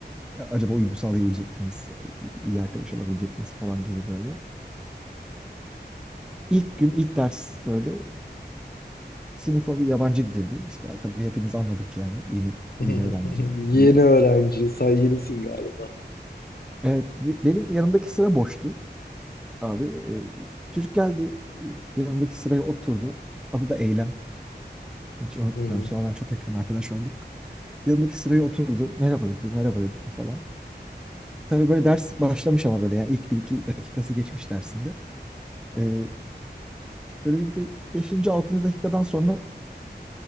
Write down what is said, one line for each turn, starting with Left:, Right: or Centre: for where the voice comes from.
Centre: acaba uyum sağlayabilecek miyiz, iyi arkadaş olabilecek miyiz falan gibi böyle. İlk gün ilk ders böyle sınıfa bir yabancı girdi. İşte tabii hepimiz anladık yani yeni
Left: <laughs>
Centre: yeni öğrenci
Left: Yeni
Centre: diye.
Left: öğrenci, sen yenisin galiba.
Centre: Evet be- benim yanımdaki sıra boştu abi. Ee, Çocuk geldi e, yanımdaki sıraya oturdu. Adı da Eylem. Hiç unutmuyorum.
Left: Hı hı.
Centre: Sonradan çok yakın arkadaş olduk. Yanımdaki sıraya oturdu. Merhaba dedi, merhaba dedim falan. Tabii böyle ders başlamış ama böyle yani ilk bir iki dakikası geçmiş dersinde. Ee, böyle bir 5. 6. dakikadan sonra